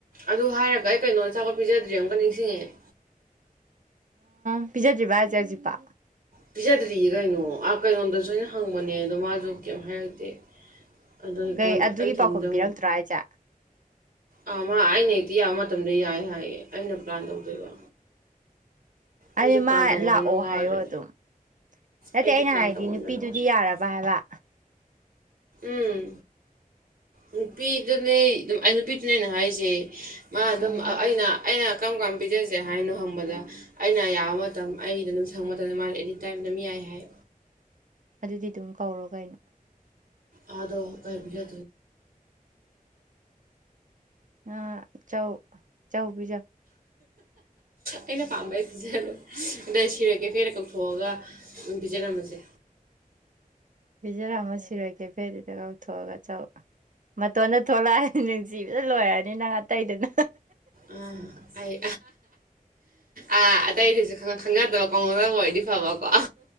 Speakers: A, on the right; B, on the right.
A: ꯑꯗꯨ ꯍꯥꯏꯔꯒ ꯑꯩ ꯀꯩꯅꯣ ꯑꯆꯥꯈꯠꯄꯤꯤꯖꯗ꯭ꯔꯤ ꯑꯃꯨꯛꯀ ꯅꯤꯡꯁꯤꯡꯉꯑꯦ
B: ꯎ ꯄꯤꯖꯗ꯭ꯔꯤꯕ ꯍꯥꯏꯁꯦ ꯍꯧꯖꯤꯛꯄ
A: ꯄꯤꯖꯗ꯭ꯔꯤꯌꯦ ꯀꯩꯅꯣ ꯑꯥ ꯀꯩꯅꯣꯗꯁꯨ ꯑꯩꯅ ꯍꯪꯕꯅꯦ ꯑꯗꯣ ꯃꯥꯁꯨ ꯀꯦꯝ ꯍꯥꯏꯔꯗꯦ ꯑꯗꯣ
B: ꯀꯩ ꯑꯗꯨꯒꯤ
A: ꯑꯩꯊꯟꯗ
B: ꯄꯥꯎꯈꯨꯝ ꯄꯤꯔꯛꯇ꯭ꯔꯣ
A: ꯃꯨꯛ
B: ꯍꯥꯏꯁꯦ
A: ꯑꯥ ꯃꯥ ꯑꯩꯅ ꯍꯦꯛꯇꯤ ꯌꯥꯕ ꯃꯇꯝꯗ ꯌꯥꯏ ꯍꯥꯏꯌꯦ ꯑꯩꯅ ꯄ꯭ꯂꯥꯟ ꯇꯧꯗꯣꯏꯕ ꯑꯩꯁꯨ
B: ꯑ
A: ꯄ꯭ꯂꯥꯟ
B: ꯃꯥ
A: ꯇꯧꯃꯟꯗꯅ
B: ꯂꯥꯛꯑꯣ
A: ꯋꯥꯔꯦ
B: ꯍꯥꯏꯌꯣ ꯑꯗꯨꯝ ꯅꯠꯇꯦ
A: ꯑꯩꯁꯨ
B: ꯑꯩꯅ
A: ꯄ꯭ꯂꯥꯟ
B: ꯍꯥꯏꯗꯤ
A: ꯇꯧꯃꯟꯗꯅ
B: ꯅꯨꯄꯤꯗꯨꯗꯤ
A: ꯍꯣꯁꯄꯤꯇꯥꯜ
B: ꯌꯥꯔꯕ ꯍꯥꯏꯕ
A: ꯎꯝ ꯅꯨꯄꯤꯗꯨꯅꯦ ꯑꯗꯨꯝ ꯑꯩ ꯅꯨꯄꯤꯗꯨꯅꯦꯩꯅ ꯍꯥꯏꯁꯦ ꯃꯥ ꯑꯗꯨꯝ
B: ꯑꯣ
A: ꯑꯩꯅ ꯑꯩꯅ ꯀꯔꯝ ꯀꯔꯝ ꯄꯤꯖꯁꯦ ꯍꯥꯏꯅꯣ ꯍꯪꯕꯗ ꯑꯩꯅ ꯌꯥꯕ ꯃꯇꯝ ꯑꯩꯗ ꯑꯗꯨꯝ ꯁꯪꯕ ꯃꯇꯝꯗ ꯃꯥꯅ ꯑꯦꯅꯤꯇꯥꯏꯝ ꯑꯗꯨꯝ ꯌꯥꯏ ꯍꯥꯏ
B: ꯑꯗꯨꯗꯤ ꯑꯗꯨꯝ ꯀꯧꯔꯣ ꯀꯩꯅꯣ
A: ꯑꯥꯗꯣ ꯇꯔꯕꯤꯗꯨꯖ
B: ꯑ ꯆꯧ ꯆ ꯄꯤꯖ
A: ꯑꯩꯅ ꯄꯥꯝꯕꯩ ꯄ ꯑꯗꯩ ꯁꯤꯔꯛꯒꯦ ꯐꯦꯔ ꯀꯧꯊꯣꯛꯑꯒ ꯑꯗꯨꯝ ꯄꯤꯖꯜꯔꯃꯁꯦ
B: ꯤꯖꯔꯥ ꯑꯃ ꯁꯤꯔꯣꯏ ꯀꯦꯐꯦꯗꯨꯗ ꯀꯥꯎꯊꯣꯛꯑꯒ ꯆ ꯆꯥꯎꯧ ꯃꯇꯣꯟꯗ ꯊꯣꯛꯂꯛꯑ ꯅꯤꯡꯅꯨꯡꯁꯤꯤꯕꯁꯨ ꯂꯣꯏꯔꯅꯤ ꯅꯪ ꯑꯇꯩꯗꯨꯅ
A: ꯑ ꯑꯩ ꯑꯥ ꯑꯇꯩꯗꯨꯁꯨ ꯈꯪꯅꯗꯕ ꯀꯥꯎꯅꯗꯕ ꯑꯣꯏꯗꯤ ꯐꯕꯀꯣ